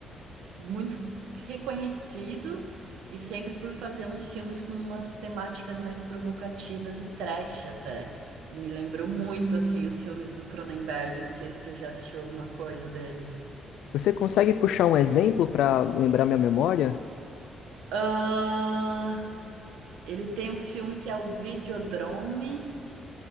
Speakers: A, on the right (about 85°); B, on the left (about 80°).
A: muito reconhecido e sempre por fazer uns filmes com umas temáticas mais provocativas e trash até. E me lembrou muito assim os filmes do Cronenberg, não sei se você já assistiu alguma coisa dele.
B: Você consegue puxar um exemplo para lembrar minha memória?
A: Ah, ele tem um filme que é o Videodrome.